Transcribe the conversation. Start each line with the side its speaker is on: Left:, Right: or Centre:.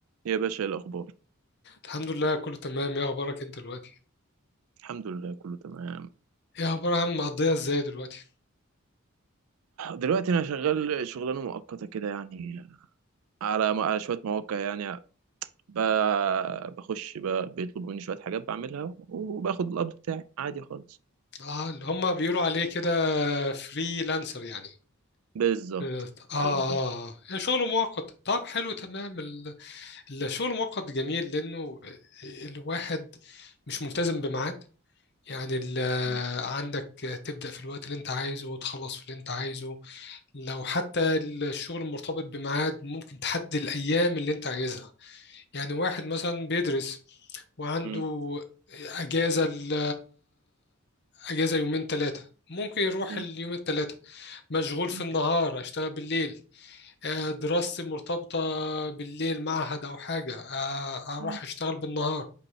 Right: يا باشا إيه الأخبار
Left: الحمد لله كله تمام ايه اخبارك انت دلوقتي
Right: الحمد لله كله تمام
Left: ايه اخبار يا عم مقضيها ازاي دلوقتي
Right: دلوقتي أنا شغال شغلانة مؤقتة كده يعني على على شوية مواقع يعني ب... بخش ب... بيطلبوا مني شوية حاجات بعملها وباخد القبض بتاعي عادي خالص
Left: اه اللي هم بيقولوا عليه كده فريلانسر يعني
Right: بالظبط
Left: اه اه
Right: بالظبط
Left: آه. يعني شغل مؤقت طب حلو تمام ال- الشغل المؤقت جميل لانه الواحد مش ملتزم بميعاد يعني ال-
Right: م-
Left: عندك تبدأ في الوقت اللي انت عايزه وتخلص في اللي انت عايزه لو حتى الشغل مرتبط بميعاد ممكن تحدد الأيام اللي انت عايزها يعني واحد مثلا بيدرس وعنده
Right: م-
Left: أجازة ال أجازة يومين ثلاثة ممكن يروح
Right: م-
Left: اليومين الثلاثة مشغول
Right: م-
Left: في النهار أشتغل بالليل آه، دراستي مرتبطة بالليل معهد أو حاجة آه، أروح
Right: م.
Left: أشتغل بالنهار